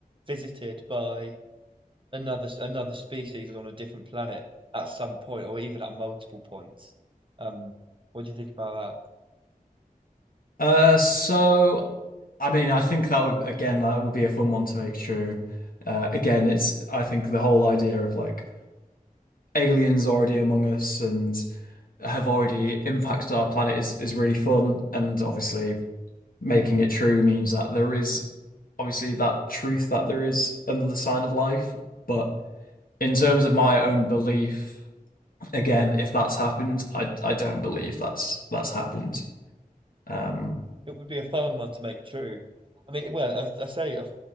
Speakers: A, on the right; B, on the left.
A: visited by another another species on a different planet at some point, or even at multiple points. Um, what do you think about that?
B: Uh, so I mean, I think that would again that would be a fun one to make true. Uh, again, it's I think the whole idea of like aliens already among us and have already impacted our planet is is really fun. And obviously, making it true means that there is obviously that truth that there is another sign of life. But in terms of my own belief, again, if that's happened, I I don't believe that's that's happened. Um,
A: It would be a fun one to make true. I mean, well, I, I say a,